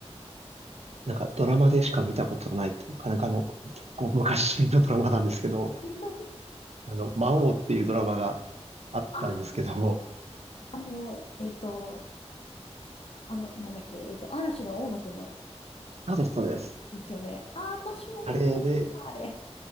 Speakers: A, on the right (about 65°); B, on the left (about 60°).
A: なんかドラマでしか見たことないというか、なんかあの、結構昔のドラマなんですけど、
B: <laughs>
A: あの、魔王っていうドラマがあったんですけど、
B: あ、あの、えっと、あの、なんだっけ、えっと、嵐の大野くんの
A: そうです、そうです。
B: ですよね。あ、私も見てました、
A: あれで
B: あれ。